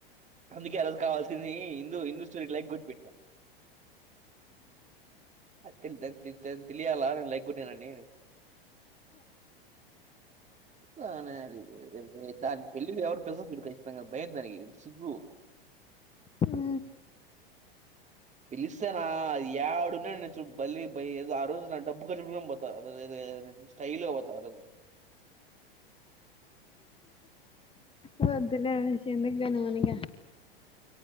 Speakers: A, on the right (about 25°); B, on the left (about 20°).
A: అందుకే ఆ రోజు కావాల్సింది ఇందూ ఇందూ స్టోరీకి లైక్ గొడ్డి పెట్టా <unintelligible> తెలియాలా నేను లైక్ గొట్టినానని వానాలి <unintelligible> దాని పెళ్ళి కి ఎవర్ని పిల్సదు జూడు కచ్చితంగా భయం దానికి సిగ్గు
B: ఆ
A: పిలి స్తే రా ఏడున్న నుచ్చు బలే బయ ఆ రోజు నా డబ్బుఖర్చుపెట్టు కొనైనా పోత స్టై ల్ గా పోతా ఆరోజు రోజు
B: వొద్దులే అనూష్ ఎందుగ్గని మన మింగ